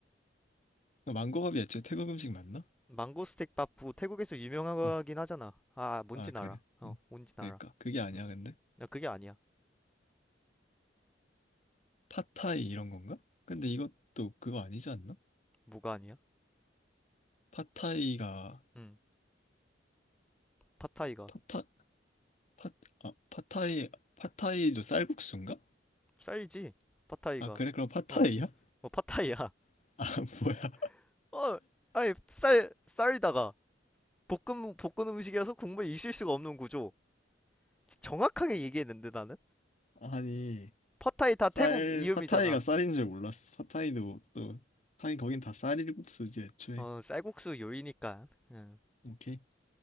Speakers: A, on the left (about 40°); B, in the centre.
A: 너 망고밥이 애초에 태국 음식 맞나?
B: 망고 스틱 밥부 태국에서 유명하긴
A: 응.
B: 하잖아. 아, 뭔진
A: 아 그래.
B: 알아. 어,
A: 응.
B: 뭔진
A: 그러니까
B: 알아.
A: 그게 아니야
B: 음.
A: 근데
B: 야, 그게 아니야.
A: 팟타이 이런 건가? 근데 이것도 그거 아니지 않나?
B: 뭐가 아니야?
A: 팟타이가
B: 음. 팟타이가
A: 팟타 팟 아, 팟타이 팟타이도 쌀국수인가?
B: 쌀이지. 팟타이가.
A: 아 그래 그럼 팟타이야?
B: 어, 어, 팟타이야.
A: <laughs> 아 뭐야?
B: <laughs> 어, 아니 쌀 쌀이다가 볶음 볶은 음식이라서 국물에 있을 수가 없는 구조. 정확하게 얘기했는데 나는
A: 아니
B: 팟타이 다
A: 쌀
B: 태국 이음이잖아.
A: 팟타이가 쌀인 줄 몰랐어. 팟타이도 또 하긴 거긴 다 쌀국수지 애초에.
B: 어, 쌀국수 요리니까. 음.
A: 오케이.